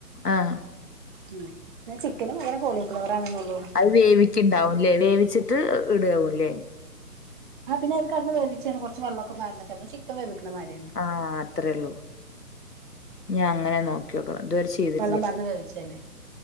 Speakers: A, on the left; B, on the right.
A: ആഹ്
B: ഉം പിന്നെ ചിക്കനും പകരം കോളിഫ്ലവറ് ആണെന്നള്ളൂ
A: അത് വേവിക്കുണ്ടാവുംല്ലേ? വേവിച്ചിട്ട് ഇടുകവുംല്ലേ?
B: ആ പിന്നെ അ കടന്ന് വേവിച്ചാണ് കൊറച്ച് വെളളക്കെ പാർന്നിട്ട് നമ്മള് ചിക്കൻ വേവിക്കുന്നമാര്യന്നെ
A: ആഹ് അത്രേയള്ളൂ ഞാൻ അങ്ങനെ നോക്കി ക്കിനോക്കണം ഇതുവരെ ചെയ്തിട്ടില്ല
B: വെള്ളം പാർന്ന് വേവിച്ചല്ലേ